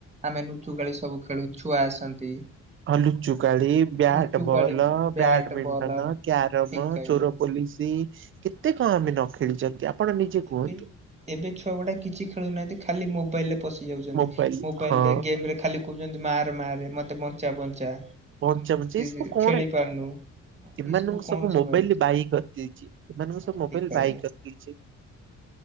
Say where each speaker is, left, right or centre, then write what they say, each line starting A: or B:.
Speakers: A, on the right; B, on the right.
A: ଆମେ ନୁଚୁକାଳି ସବୁ ଖେଳୁ ଛୁଆ ଆସନ୍ତି।
B: ଆଉ ଲୁଚୁକାଳି ବ୍ୟାଟ
A: ଲୁଚୁକାଳି
B: ବଲ
A: ବ୍ୟାଟ
B: ବ୍ୟାଡମିଣ୍ଟନ
A: ବଲ
B: କ୍ୟାରମ
A: ଠିକ କହିଲେ।
B: ଚୋର ପୋଲିସ କେତେ କଣ ଆମେ ନଖେଳିଛନ୍ତି ଆପଣ
A: ହଁ
B: ନିଜେ କୁହନ୍ତୁ।
A: ଏବେ ଏବେ ଛୁଆ ଗୁଡା କିଛି ଖେଳୁନାହାନ୍ତି। ଖାଲି ମୋବାଇଲ ରେ ପଶି ଯାଉଛନ୍ତି।
B: ମୋବାଇଲ
A: ମୋବାଇଲରେ
B: ହଁ
A: ଗେମରେ ଖାଲି କହୁଛନ୍ତି ମାରେ ମାରେ ମତେ ବଞ୍ଚା ବଞ୍ଚା।
B: ପଞ୍ଚାବଞ୍ଚା
A: ମୁଁ ସେ
B: ଏଇ ସବୁ କଣ?
A: ଖେଳି ପାରୁନୁ
B: ଏମାନଙ୍କୁ
A: ଏଇ କଣ
B: ସବୁ ମୋବାଇଲ
A: ଭାଇ।
B: ବାଇ କରିଦେଇଛି। ଏମାନଙ୍କୁ
A: ହଁ
B: ସବୁ ମୋବାଇଲ
A: ଠିକ କହିଲେ।
B: ବାଇ କରିଦେଇଛି।